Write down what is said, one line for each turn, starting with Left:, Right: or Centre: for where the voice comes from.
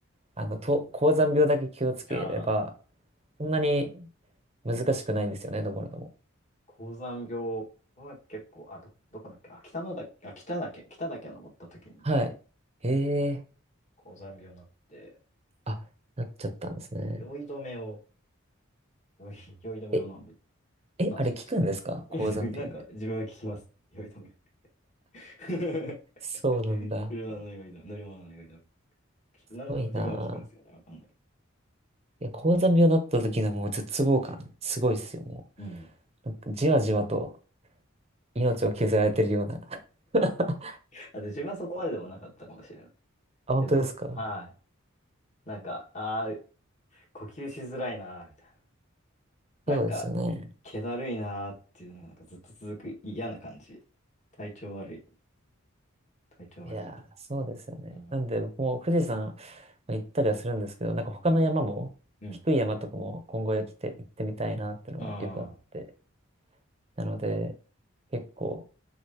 Right: あの、と、高山病だけ気をつければ、
Left: ああ、
Right: そんなに難しくないんですよね、登るのも。
Left: 高山病、この結構、あ、ど、どこだっけあ、北の岳、あ、北岳、北岳登った時に
Right: はい。へえ。
Left: 高山病になって、
Right: あ、なっちゃったんですね。
Left: 酔い止めを、酔い、酔い止めを飲んで
Right: え、え、
Left: 治しました。
Right: あれ効くんですか高山病で。
Left: いやでもなんか自分は聞きます。酔い止め。<laughs>
Right: そうなんだ。
Left: 車の酔い止め、乗り物の酔い止め。
Right: すごいなあ。
Left: なんか自分は聞くんですよね。わかんないけ
Right: いや、高山病になった時のもう絶望感、
Left: ど。
Right: すごいっすよ、も
Left: うん。
Right: う。なんかじわじわと。命を削られてるような。<laughs>
Left: あと自分はそこまででもなかったかもしれない。
Right: あ、
Left: けど、
Right: 本当ですか
Left: はい。なんか、ああ、呼吸しづらいなーみたいな。なんか、
Right: そうですよね。
Left: 気だるいなーっていうのがなんかずっと続く嫌な感じ。体調悪い、体調悪いみたい
Right: いやー、そうですよね。
Left: な。うん。
Right: なんで、僕も富士山まあ行ったりはするんですけど、なんか他の山も、
Left: うん。うん
Right: 低い山とかも今後へ来て行ってみたいなっていうのはよくあって。
Left: あ
Right: なので、結構、